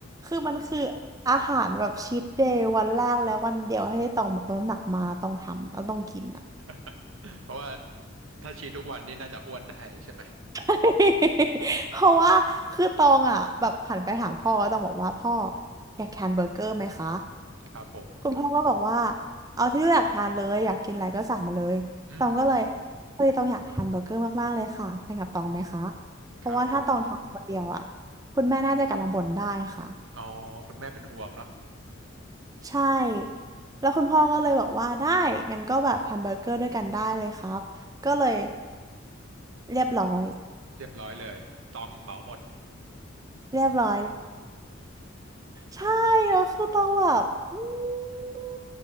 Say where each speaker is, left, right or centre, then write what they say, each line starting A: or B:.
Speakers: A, on the right (about 20°); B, on the right (about 80°).
A: คือมันคืออาหารแบบชีทเดย์วันแรกและวันเดียวให้ตองแบบลดน้ำหนักมาแล้วต้องทำแล้วต้องกินอ่ะ
B: <laughs> เพราะว่าถ้าชีทุกวันนี่น่าจะอ้วนได้ใช่ไหม
A: <laughs> เพราะว่าคือตองอ่ะแบบหันไปถามพ่อแล้วตองบอกว่าพ่ออยากทานเบอร์เกอร์ไหมคะ
B: ครับผม
A: คุณพ่อก็บอกว่าเอาที่ลูกอยากทานเลยอยากกินอะไรก็สั่งมาเลยตองก็เลย
B: อืมอืม
A: เฮ้ยตองอยากทานเบอร์เกอร์มากๆเลยค่ะทานกับตองไหมคะเพราะว่าถ้าตองทานคนเดียวอ่ะ
B: ครับผม
A: คุณแม่น่าจะกลับมาบ่นได้ค่ะ
B: อ๋อคุณแม่เป็นห่วงเนาะ
A: ใช่แล้วคุณพ่อก็เลยบอกว่าได้ งั้นก็แบบทานเบอร์เกอร์ด้วยกันได้เลยครับก็เลยเรียบร้อย
B: เรียบร้อยเลยตองเหมาหมด
A: เรียบร้อย ใช่แล้วคือต้องแบบอืม